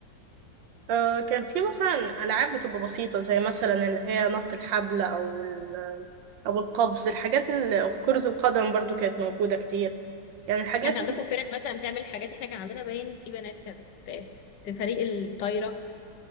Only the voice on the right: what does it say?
آه، كان في مثلا ألعاب بتبقى بسيطة زي مثلا اللي هي نط الحبل أو ال- أو القفز الحاجات اللي أو كرة القدم برضو كانت موجودة كتير يعني الحاجات
<laughs>